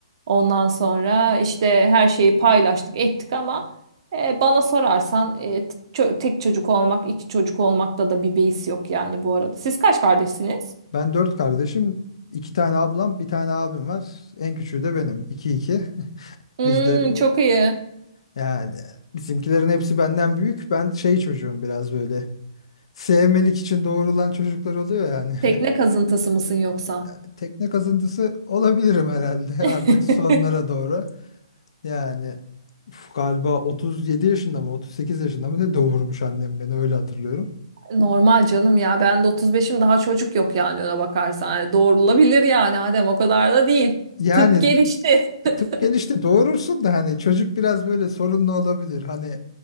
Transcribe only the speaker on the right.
Ondan sonra işte her şeyi paylaştık ettik ama e, bana sorarsan e, t- ço- tek çocuk olmak iki çocuk olmakta da bir beis yok yani bu arada. Siz kaç kardeşsiniz?
Hmm,
çok iyi.
Tekne
kazıntısı mısın yoksa?
<laughs>
Normal canım ya. Ben de 35'im daha çocuk yok yani ona bakarsan. Yani doğrulabilir yani Adem o kadar da değil.
Tıp gelişti. <laughs>